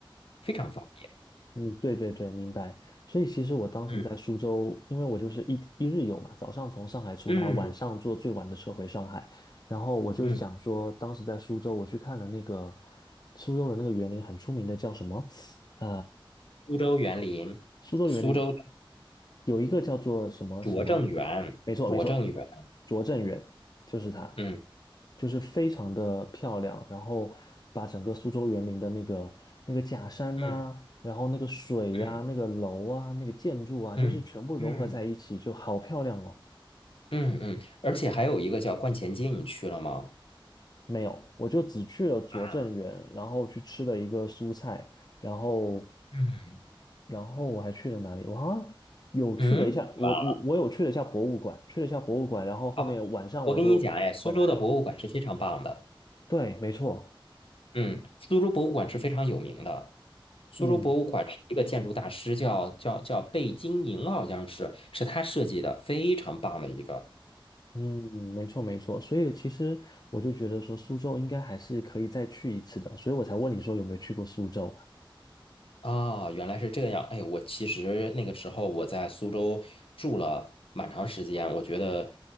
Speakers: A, on the left; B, on the left.
A: 非常方便。
B: 嗯，对对对，明白。所以其实我当时在苏州，
A: 嗯
B: 因为我就是一一日游嘛，早上从上海出发，
A: 嗯
B: 晚上坐最晚的车回上海。然后我就想说，
A: 嗯，
B: 当时在苏州，我去看了那个苏州的那个园林，很出名的叫什么？<sucks teeth>
A: 苏州园林，
B: 苏州园林
A: 苏州的
B: 有一个叫做什么什么，
A: 拙政园，
B: 没错没错，
A: 拙政园，
B: 拙政园就是它，
A: 嗯
B: 就是非常的漂亮，然后把整个苏州园林的那个那个假山呐、
A: 嗯
B: 然后那个水呀、
A: 嗯
B: 那个楼啊、那个建筑啊，
A: 嗯嗯
B: 就是全部融合在一起，就好漂亮哦。
A: 嗯嗯，而且还有一个叫观前街，你去了吗？
B: 没有，我就只去了拙政园，
A: 啊，
B: 然后去吃了一个蔬菜，然后，
A: 嗯
B: 然后我还去了哪里？我好像有去了一下，
A: 嗯，
B: 我我我有去了一下博物馆，
A: 哇
B: 去了一下博物馆，然后后面晚上我就回来了。
A: 哦，我跟你讲，哎，苏州的博物馆是非常棒的，
B: 对，没错，
A: 嗯，苏州博物馆是非常有名的。苏州博物馆是一个建筑大师叫叫叫贝聿铭，
B: 嗯
A: 好像是是他设计的，非常棒的一个。
B: 嗯，没错没错。所以其实我就觉得说苏州应该还是可以再去一次的，所以我才问你说有没有去过苏州啊？
A: 啊，原来是这样。哎，我其实那个时候我在苏州住了蛮长时间，我觉得，